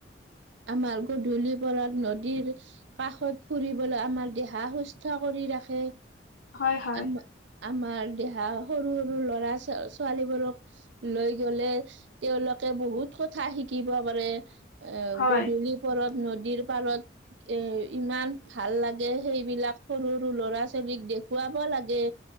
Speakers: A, on the right; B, on the left.
A: আমাৰ গধূলি পৰাত নদীৰ কাষত ফুৰিবলৈ আমাৰ দেহা সুস্থ কৰি টি ৰাখে,
B: হয় হয়
A: আমা-আমাৰ দেহ হা, সৰু-সৰু ল'ৰা ছ-ছোৱালীবোৰক লৈ গলে তেওঁলোকে বহুত কথা শিকিব পাৰে এ,
B: হয়
A: গধূলি পৰত নদীৰ পাৰত এ, ইমান ভাল লাগে সেইবিলাক সৰু-সৰু ল'ৰা ছোৱালীক দেখুৱাব লাগে।